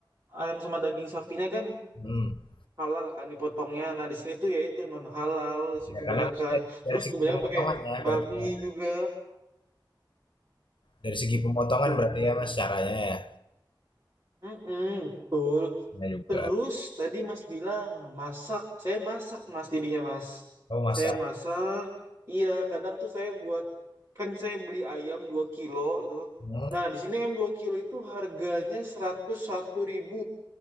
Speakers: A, on the right; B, on the left.
A: ayam sama daging sapinya kan
B: Hmm.
A: halal kan dipotongnya. Nah di sini tuh ya itu non halal
B: Ya,
A: kebanyakan.
B: karena mungkin dari, dari
A: Terus
B: segi
A: kebanyakan
B: pemotongan
A: pakai
B: ya
A: babi
B: berarti ya.
A: juga
B: Dari segi
A: gitu.
B: pemotongan berarti ya Mas caranya ya.
A: Mm-mm, betul.
B: Ya juga.
A: Terus tadi Mas bilang masak, saya masak Mas jadinya Mas.
B: Oh masak.
A: Saya masak. Iya, kadang tuh saya buat kan saya beli ayam 2 kilo itu.
B: Hmm.
A: Nah, di sini ayam 2 kilo itu harganya seratus satu ribu.